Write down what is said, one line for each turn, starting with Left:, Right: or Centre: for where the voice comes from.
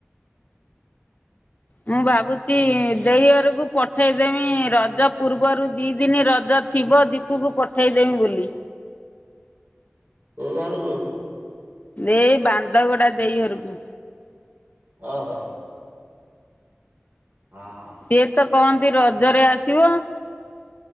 Left: ମୁଁ ଭାବୁଛି ଦେଇଅରକୁ ପଠେଇଦେମି ରଜ ପୂର୍ବରୁ ଦିଇ ଦିନ ରଜ ଥିବ ଦ <unintelligible> ପାଖକୁ ପଠାଇଦେମି ବୋଲି।
Right: <unintelligible> ତ ଘରକୁ
Left: ଏ ବାନ୍ଦ ଗୋଡା ଦେଇ ଘରକୁ।
Right: ଓ ହୋ। ହଁ।
Left: ସିଏ ତ କହନ୍ତି ରଜରେ ଆସିବ।